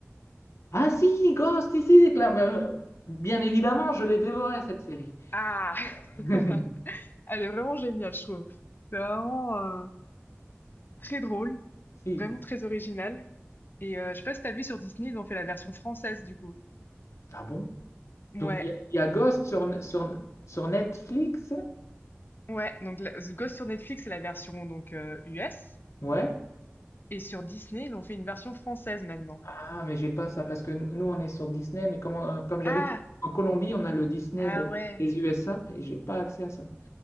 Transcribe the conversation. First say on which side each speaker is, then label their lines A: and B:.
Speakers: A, on the left; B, on the left.
A: Ah si, Ghost, ici, c'est clair. Bah, Bien évidemment, je l'ai dévoré cette série.
B: Ah!
A: <laughs>
B: <laughs> Elle est vraiment géniale, je trouve. C'est vraiment euh, très drôle,
A: Si.
B: vraiment très original. Et euh, je sais pas si t'as vu sur Disney, ils ont fait la version française du coup.
A: Ah bon?
B: Ouais,
A: Donc, il y, a il y a Ghost sur, sur, sur Netflix?
B: ouais. Donc la- The Ghost sur Netflix, c'est la version donc euh, US.
A: Ouais.
B: Et sur Disney, ils ont fait une version française maintenant.
A: Ah, mais j'ai pas ça parce que nous, on est sur Disney, mais comme, on- comme j'habite
B: Ah!
A: en Colombie, on a le Disney
B: Ah
A: de-
B: ouais,
A: des USA et j'ai pas accès à ça.